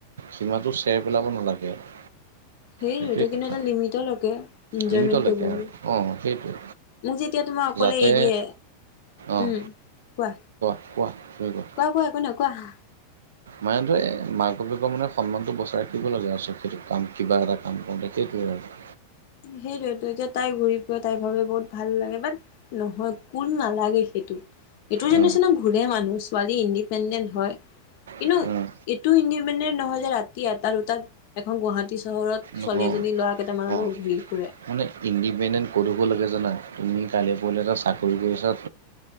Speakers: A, on the right (about 65°); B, on the left (about 50°).
A: সীমাটো চেৰ পেলাব নালাগে আৰু।
B: সেইতো
A: সেইটোৱে
B: কিন্তু
A: কথা
B: এটা লিমিটৰ লৈকে এনজয়মেন্ট
A: লিমিটলৈকে
B: কৰিব লাগে।
A: আৰু অঁ সেইটোৱে
B: মোক যেতিয়া তোমাৰ অকলে
A: যাতে
B: এৰি দিয়ে,
A: অঁ
B: উম কোৱা।
A: কোৱা, তুমি কোৱা।
B: কোৱা কোৱা একো নহয় কোৱা।
A: মানে ধৰ মাক বাপেকৰ মানে সন্মানটো বচাই ৰাখিব লাগে আৰু সেই কাম কিবা এটা কাম কৰোঁতে সেইটোৱে আৰু।
B: সেইটোৱেটো এতিয়া তাই ঘূৰি ফুৰে, তাই ভাবে বহুত ভাল লাগে বাট নহয় কোন নালাগে সেইটোত। এইটো
A: উম,
B: জেনেৰেশ্যন ঘূৰে মানুহ, ছোৱালী ইণ্ডিপেণ্ডেন্ট হয়। কিন্তু
A: উম,
B: এইটো ইণ্ডিপেণ্ডেন্ট নহয় যে ৰাতি এটা দুটাত এখন গুৱাহাটী চহৰত ছোৱালী
A: নহয়
B: এজনী ল'ৰা কেইটামানৰ
A: অ',
B: লগত ঘুৰি ফুৰে।
A: মানে ইণ্ডিপেণ্ডেণ্ট ক'ত হব লাগে জানা, তুমি কাইলৈ পৰহীলৈ এটা চাকৰি কৰিছা